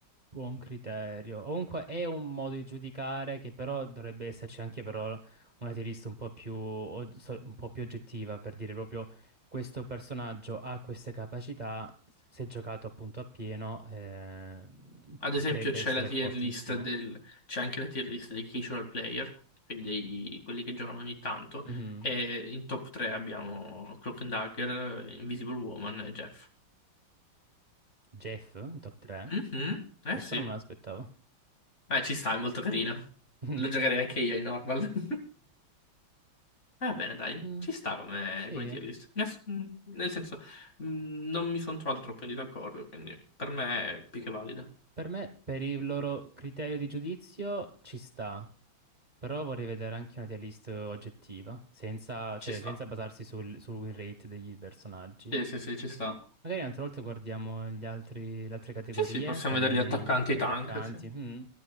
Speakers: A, on the right; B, on the left.
A: buon criterio. O Comunque è un modo di giudicare che però dovrebbe esserci anche però una tirista un po' più, o- so- un po' più oggettiva per dire proprio questo personaggio ha queste capacità, se giocato appunto a pieno eh,
B: Ad
A: potrebbe
B: esempio c'è
A: essere
B: la tier
A: fortissimo.
B: list del, c'è anche la tier list dei casual player, quindi dei- quelli che giocano ogni tanto,
A: Mhm.
B: e in top 3 abbiamo Cloak and Dagger, Invisible Woman e Jeff.
A: Jeff in top 3?
B: Mhm, Eh
A: Questo
B: sì,
A: non me l'aspettavo.
B: Beh, ci sta, è molto carina.
A: <laughs>
B: Lo giocherei anche io in normal. <laughs> Va bene, dai,
A: Mm,
B: ci sta come,
A: Sì.
B: come tier list. Mi ass- mm, nel senso, mm, non mi sono trovato troppo in disaccordo, quindi per me è più che valida.
A: Per me, per il loro criterio di giudizio, ci sta, però vorrei vedere anche una tier list oggettiva, senza,
B: Ci
A: cioè,
B: sta.
A: senza basarsi sul, sul win rate degli personaggi.
B: Sì, sì, sì, ci sta.
A: Magari un'altra volta guardiamo gli altri, le altre categorie,
B: Sì, sì, possiamo
A: come
B: vedere gli attaccanti
A: gli
B: e i tank,
A: attaccanti.
B: sì.
A: mm.